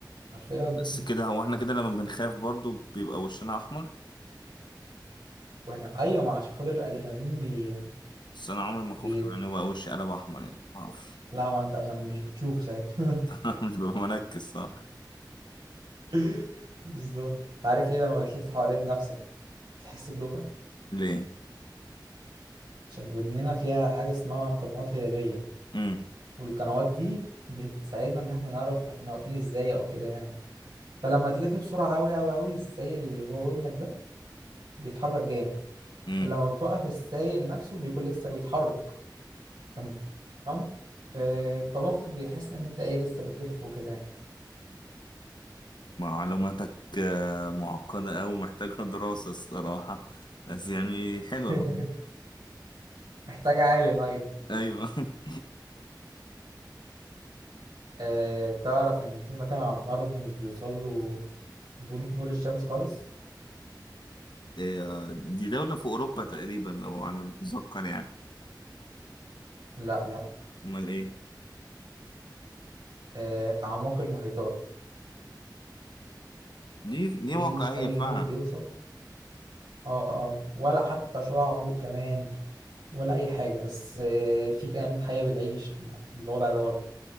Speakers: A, on the right (about 85°); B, on the left (about 75°).
A: حرفيا
B: بس كده هو احنا كده لما بنخاف برضو بيبقى وشنا أحمر
A: واحنا ايوه ما عشان خاطر الادرينالين بي...
B: بس انا عمري ما خفت
A: بي
B: من يبقى وشي قلب احمر يعني ما اعرفش
A: لا ما انت عشان مش بتشوفه ساعتها
B: <laughs> مش ببقى مركز صح
A: <laughs> بالظبط انت عارف ليه لما بتلف حوالين نفسك بتحس بدوخة
B: ليه
A: عشان ودننا فيها حاجة اسمها قنوات هلالية
B: امم
A: والقنوات دي بتساعدنا ان احنا نعرف احنا واقفين ازاي او كده يعني فلما تلف بسرعة اوي اوي اوي السيل اللي جوه ودنك ده بيتحرك جامد
B: امم
A: ولما بتوقف السائل نفسه بيكون لسه بيتحرك تمام آه، فمخك بيحس ان انت ايه لسه بتلف وكده يعني
B: معلوماتك آه، معقدة أوي محتاجة <laughs> دراسة الصراحة بس يعني
A: <laughs>
B: حلوة المعلومة.
A: محتاج عالم ايوه
B: أيوة <laughs>
A: آه، تعرف ان في مكان على الارض مش بيوصل له دون- نور الشمس خالص
B: إيه، دي دولة في أوروبا تقريبا لو على ما أتذكر يعني
A: لا لا
B: أمال إيه
A: آه، اعماق المحيطات
B: دي
A: مفيش
B: دي واقعية
A: اي
B: فعلا
A: نور بيوصل اه اه ولا حتى شعاع نور كمان ولا اي حاجه بس آه، في كائنات حيه بتعيش مع- في الوضع ده برضه